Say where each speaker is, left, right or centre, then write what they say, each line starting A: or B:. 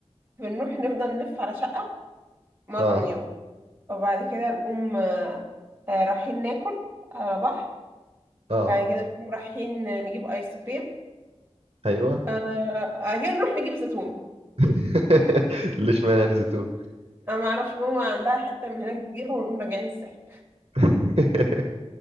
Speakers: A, on the right; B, on the right.
A: بنروح نفضل نلف على شقة معظم
B: اه
A: اليوم وبعد كده نقوم آه، آه، رايحين ناكل على بحر
B: اه
A: بعد كده نقوم رايحين نجيب ايس كريم
B: ايوه
A: آه... آه، كده نروح نجيب زيتون
B: <laughs> ليش معنى يعني زيتون
A: انا ما اعرفش ماما عندها حته من هناك بتجيبها ونقوم راجعين الساحل
B: <laughs>